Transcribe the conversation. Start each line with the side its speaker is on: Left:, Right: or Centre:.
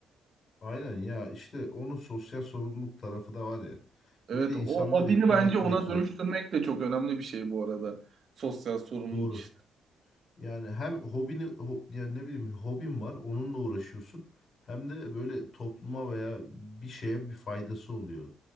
Left: Aynen ya işte onun sosyal sorumluluk tarafı da var ya.
Right: Evet
Left: E bir de
Right: o
Left: insanları
Right: hobini
Left: ikna
Right: bence
Left: etmek
Right: ona
Left: zor.
Right: dönüştürmek de çok önemli bir şey bu arada. Sosyal sorumluluk
Left: Doğru.
Right: işte.
Left: Yani hem hobini ho- yani ne bileyim hobin var onunla uğraşıyorsun hem de böyle topluma veya bir şeye bir faydası oluyor.